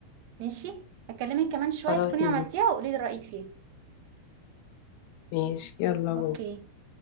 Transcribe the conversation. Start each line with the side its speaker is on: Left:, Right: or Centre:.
Right: ماشي اكلمك كمان شوية
Left: خلاص
Right: تكوني
Left: ماشي
Right: عملتيها وقولي لي رأيك فيها
Left: ماشي يلا باي
Right: اوكي